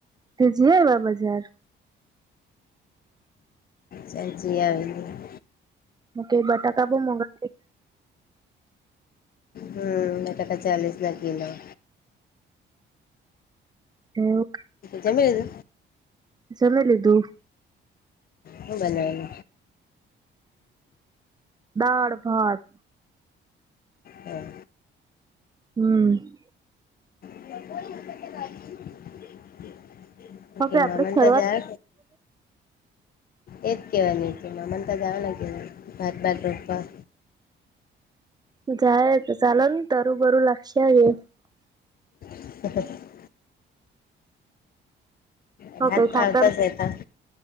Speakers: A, on the right (about 20°); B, on the left (about 50°).
A: જી આવ્યા બજાર
B: સાચી આવે આવી
A: ઓ બટાકા બ મોંગા
B: હમ મેં તકા ચાલીસ ના કી ના
A: હ <inaudible>
B: જમે છે
A: જમી લીધું.
B: હ બનાવે
A: દાળ, ભાત
B: હ
A: હમ
B: <unintelligible> ઓકે
A: હવે આપડે
B: મામંત
A: ફરવા
B: જા એજ કેવાની છે મા મન તો જાાવ ને કે ભાત ભાત રોપવા
A: જાય તો ચાલ ને તુબુ લક્ષ્યા એ
B: હ વરહાદ
A: ઓકે ખાતર
B: આવતા છે તો